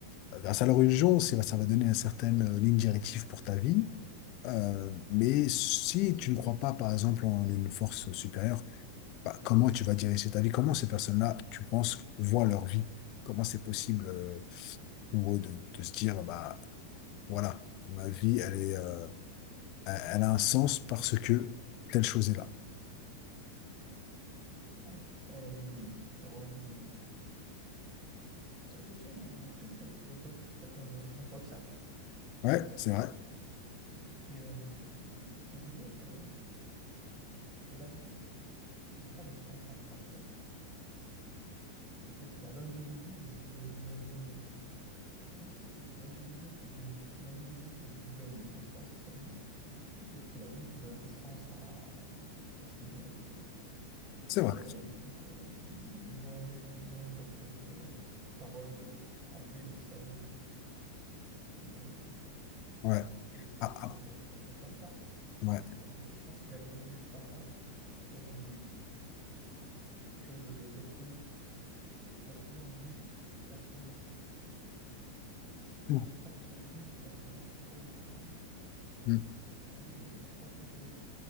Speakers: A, on the left; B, on the right.
A: grâce à leur religion, c'est- ça va donner une certaine euh, ligne directive pour ta vie. Euh, mais si tu ne crois pas, par exemple, en une force supérieure, bah, comment tu vas diriger ta vie? Comment ces personnes-là, tu penses, voient leur vie? Comment c'est possible euh, pour eux de, de se dire, bah, voilà, ma vie, elle est, euh, elle elle a un sens parce que telle chose est là.
B: Alors, euh, pour, euh, pour cette question, il y a un très célèbre philosophe qui s'appelle euh, Jean-Paul Sartre,
A: Ouais, c'est vrai,
B: qui, euh, qui disait que euh, la vie n'a pas de sens intrinsèque et que c'est à l'individu de, lui don- de lui en donner un. Du coup, c'est plus l'individu qui donne, l'individu qui donne un sens à sa vie, plutôt que la vie qui donne un sens à, à ce qu'il devrait être, quoi.
A: c'est
B: Et
A: vrai.
B: euh, donc, euh, dans, dans cette euh, parole euh, emplie de sagesse qui, euh,
A: Ouais.
B: qui est qui
A: Ah,
B: est prononcée
A: ah,
B: par Jean-Paul Sartre,
A: ouais.
B: euh, je pense qu'il a voulu dire par là que, euh, que le, l'être humain doit trouver un but personnel. Et et
A: C'est
B: donc,
A: bon.
B: par ce but personnel, créer du sens
A: Mm.
B: par le- les choix qu'il fait